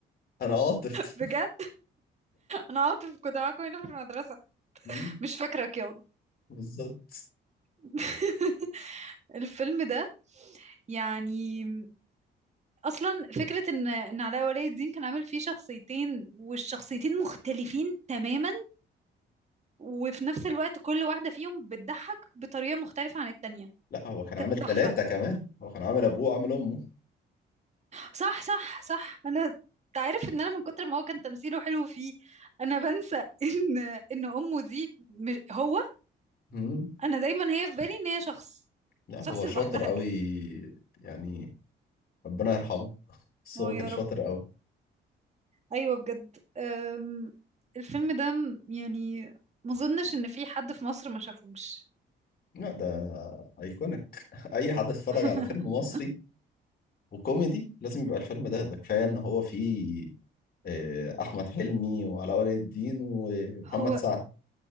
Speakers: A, on the left; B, on the right.
A: انا عاطف
B: بجد انا عاطف كنت معاكم هنا في المدرسه
A: <laughs> مم،
B: مش فاكرك ياض
A: بالظبط
B: <laughs> الفيلم ده يعني اصلا فكره ان ان علاء ولي الدين كان عامل فيه شخصيتين والشخصيتين مختلفين تماما وفي نفس الوقت كل واحده فيهم بتضحك بطريقه مختلفه عن التانية
A: لا هو كان
B: كانت
A: عامل
B: تحفه
A: ثلاثة كمان هو كان عامل أبوه وعامل أمه
B: صح صح صح انا تعرف ان انا من كتر ما هو كان تمثيله حلو فيه انا بنسى <laughs> ان ان امه دي مش- هو
A: مم.
B: انا دايما هي في بالي ان هي شخص
A: لا هو
B: شخص
A: شاطر
B: لوحدها
A: قوي
B: كده
A: يعني ربنا يرحمه بس
B: اه
A: هو
B: يا
A: كان شاطر
B: رب
A: قوي
B: ايوه بجد أم، الفيلم ده م- يعني ما اظنش ان في حد في مصر ما شافوش
A: لا ده أيكونيك <laughs> أي حد اتفرج
B: <laughs>
A: على فيلم مصري وكوميدي لازم يبقى الفيلم ده ده كفاية إن هو فيه آه، أحمد حلمي وعلاء ولي الدين ومحمد
B: هو
A: سعد